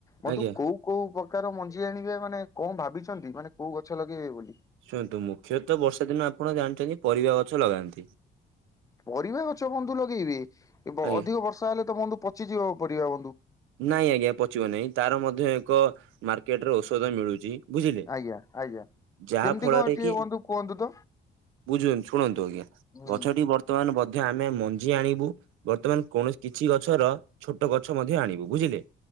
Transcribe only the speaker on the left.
ବନ୍ଧୁ
କୋଉ କୋଉ ପକାର ମଞ୍ଜି ଆଣିବେ ମାନେ କଣ ଭାବିଛନ୍ତି। ମାନେ କୋଉ ଗଛ ଲଗେଇବେ ବୋଲି?
ପରିବା ଗଛ ବନ୍ଧୁ ଲଗେଇବେ ଅଧିକ
ବର୍ଷା ହେଲେ ତ ବନ୍ଧୁ ପଚିଯିବ ପଡିବା ବନ୍ଧୁ।
ଆଜ୍ଞା ଆଜ୍ଞା
କେମିତି
କଣ ଟିକେ
ବନ୍ଧୁ କୁହନ୍ତୁ ତ
ହୁଁ